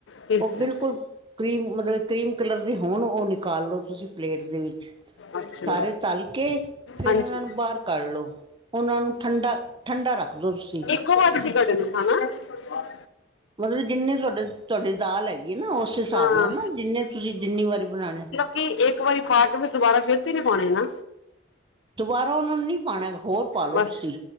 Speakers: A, on the left; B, on the right.
A: ਠੀਕ
B: ਉਹ
A: ਹੈ
B: ਬਿਲਕੁਲ ਕਰੀਮ ਮਤਲਬ ਕਈ ਕਰੀਮ ਕਲਰ ਦੇ ਹੋਣ ਉਹ ਨਿਕਾਲ ਲੋ ਤੁਸੀਂ ਪਲੇਟ ਦੇ ਵਿੱਚ
A: ਅੱਛਾ
B: ਸਾਰੇ
A: ਜੀ
B: ਤਲ ਕੇ ਫਿਰ
A: ਹਾਂਜੀ
B: ਉਹਨਾ ਨੂੰ ਬਾਹਰ ਕੱਢ ਲੋ। ਉਹਨਾਂ ਨੂੰ ਠੰਡਾ -ਠੰਡਾ ਰੱਖ ਦਿਉ ਤੁਸੀਂ
A: ਹੋਮ ਵਰਕਸ ਤੁਸੀ ਕਰ ਰਹੇ ਹੋ ਉਹਨਾਂ ਦਾ?
B: ਮਤਲਬ ਜਿੰਨੇ ਤੁਹਾਡੇ ਤੁਹਾਡੀ ਦਾਲ ਹੈਗੀ ਹੈ ਨਾ ਉਸ
A: ਹਾਂ
B: ਹਿਸਾਬ ਨਾਲ ਨਾ ਜਿੰਨੇ ਤੁਸੀਂ ਜਿੰਨੀ ਵਾਰੀ ਬਣਾਉਣੇ।
A: ਕੀ ਇੱਕ ਵਾਰੀ ਪਾਕੇ ਵੀ ਦੁਬਾਰਾ ਫਿਰਤੀ ਤੇ ਨੀ ਪਾਉਣੇ ਨਾ।
B: ਦੁਬਾਰਾ ਉਹਨਾਂ ਨੂੰ ਨਹੀਂ ਪਾਉਣਾ ਹੋਰ ਪਾਾਲੋ
A: ਬਸ
B: ਤੁਸੀਂ